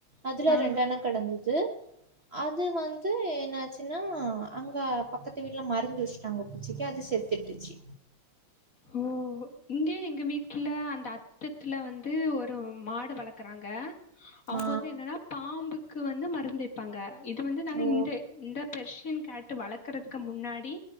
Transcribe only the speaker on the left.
ஆ
ஓ இங்கே எங்க வீட்ல அந்த அத்தத்தில்ல வந்து ஒரு மாடு வளர்க்குறாங்க அவுங்க
வந்து என்னனா பாம்புக்கு வந்து மருந்துப் ப்பாங்க இது வந்து நாங்க
இந்து இந்த பெர்சியன் கேட்டு வளர்க்குறதுக்கு முன்னாடி